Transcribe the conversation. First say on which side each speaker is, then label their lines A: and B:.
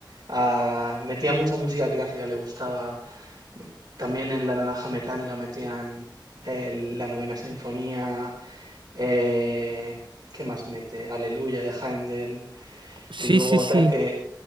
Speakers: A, on the right; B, on the right.
A: Ah, metía mucha música clásica, le gustaba. También en La Naranja Mecánica metían el- la Novena Sinfonía. eh, ¿qué más mete? Aleluya de Händel.
B: sí,
A: Y luego
B: sí, sí.
A: otra que